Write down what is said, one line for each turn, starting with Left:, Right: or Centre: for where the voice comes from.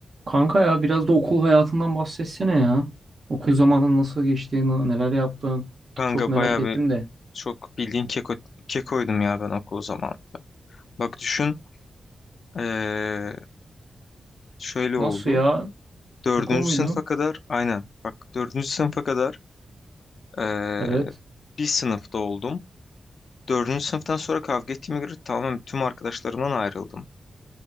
Right: Kanka ya biraz da okul hayatından bahsetsene ya. Okul zamanın nasıl geçti, neler yaptın?
Left: Kanka
Right: Çok merak
Left: bayağı
Right: ettim
Left: bir
Right: de.
Left: çok bildiğin keko, kekoydum ya ben okul zamanında. Bak düşün eee, şöyle oldu.
Right: Nasıl ya?
Left: Dördüncü
Right: Keko muydu?
Left: sınıfa kadar aynen bak dördüncü sınıfa kadar eee,
Right: Evet.
Left: bir sınıfta oldum. Dördüncü sınıftan sonra kavga ettiğime göre tamamen tüm arkadaşlarımdan ayrıldım.